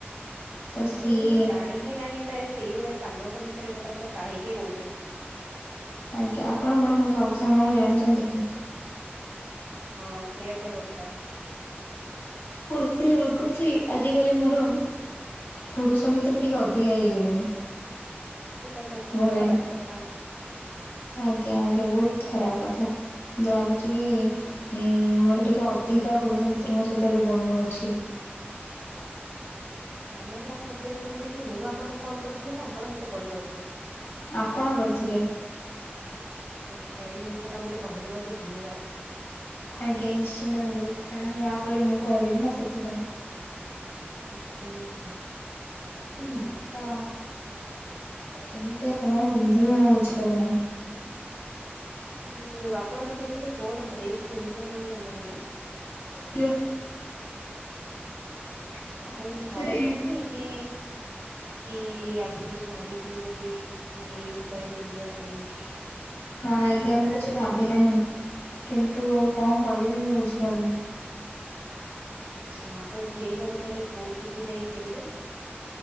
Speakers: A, on the right; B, on the left.
A: ଆଚ୍ଛା
B: ତ ସିଏ
A: ଯଦି ମୁଁ ଜାଣିହି ନାହିଁ ତାହେଲେ ସେଇଭଳିଆ ସାଙ୍ଗଙ୍କ ବିଷୟରେ ମତେ ଆପଣ କାହିଁକି କହୁଛନ୍ତି?
B: ଆଜ୍ଞା ଆପଣ କଣ ମୋର ସବୁ ସାଙ୍ଗଙ୍କୁ ଜାଣିଛନ୍ତି କି?
A: ହଁ ସେଇଆ ତ କଥା।
B: ମତେ ଲାଗୁଛି ଆଜି କାଲି ମୋର ପୁରୁଷ ମିତ୍ର ଟିକେ ଅଧିକା ହେଇଗଲେଣି
A: ଏଇଟା ତ ଖୁବ୍
B: ମହିଳା
A: ଖରାପ୍
B: ମି
A: କଥା
B: ଆଜ୍ଞା ଆଜ୍ଞା ବହୁତ ଖରାପ୍ କଥା ମୁଁ ତ ଭାବୁଛି କି ଉଁ ମୋର ଟିକେ ଅଧିକା ପୁରୁଷ ମିତ୍ର ସହିତ ଏବେ ବନୁଅଛି
A: ଆଜ୍ଞା ମୁଁ ଗୋଟେ କଥା ପଚାରିବାକୁ ଚାହିବିକି ମୁଁ ଆପଣଙ୍କୁ କଲ୍ କରିଥିଲି ନା ଆପଣ ମତେ କଲ୍ କରିଥିଲେ
B: ଆପଣ କରିଥିଲେ
A: ଆଜ୍ଞା ଆଜ୍ଞା ଏଇ ଜିନିଷଟା ମତେ କହିଦେବାକୁ ଧନ୍ୟବାଦ୍
B: ଆଜ୍ଞା ନିଶ୍ଚିନ୍ତ ଭାବରେ କାରଣ ୟା ପରେ ମୁଁ କରିବି ନା ସେଥିପାଇଁ
A: ହୁଁ ହୁଁ ହୁଁ
B: ତ ମୁ କେମିତିଆ କଣ ପିନ୍ଧିବି ଆଉ ବୁଝିପାରୁନାହିଁ
A: ହୁ ହୁ ଆପଣ ପଚାରୁଥିଲେ କଣ ଡ୍ରେସ୍ ପିନ୍ଧିବେ ଆପଣଙ୍କ ଜନ୍ମଦିନରେ
B: ଆଜ୍ଞା
A: ଆଛା
B: ସମସ୍ତରେ
A: ଆପଣ କିଛି ଭାବିନାହାନ୍ତି କି କି ଆଗରୁ କିଛି ଭାବିଥିବେ ଯଦି କି ଏଇ ଉପରେ ପିନ୍ଧିବା ପାଇଁ କି
B: ନାଁ ଆଜ୍ଞା ମୁଁ କିଛି ଭାବି ନାହିଁ କିନ୍ତୁ କଣ କରିବି ମୁଁ ବୁଝିପାରୁନି
A: ଆଚ୍ଛା ଆପଣ କିଣିବାକୁ ତାହେଲେ କୋଉଠି କୁ ଯାଇ କିଣିବେ